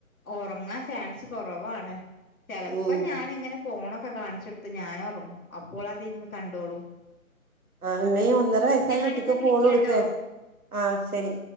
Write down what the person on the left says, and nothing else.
ഒറങ്ങാൻ ചാൻസ് കൊറവാണ്. ചെലപ്പം
ഞാനിങ്ങനെ ഫോണൊക്കെ കാണിച്ചൊടുത്തു ഞാനൊറങ്ങും അപ്പോളത് ഇരുന്ന് കണ്ടോളും.
ഞാനെന്നാ
വിളിക്കാട്ടോ